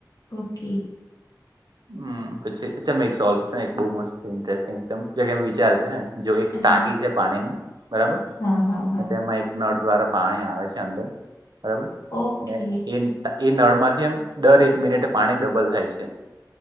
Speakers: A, on the left; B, on the right.
A: ઓકે.
B: હમ પછી અચ્છાં એક સવાલ પૂછ એક બહુ મસ્ત છે ઇન્ટરેસ્ટિંગમ વિચાર છે હ. જો એક
A: હા
B: ટાકી છે પાણીની, બરાબર?
A: હા હા હા
B: તેમાં એક નળ દ્વારા પાણી આવે છે અંદર, બરાબર
A: ઓકે
B: ને એ એ નળ માંથી એમ દર એક મિનિટે પાણી ડબલ થાય છે.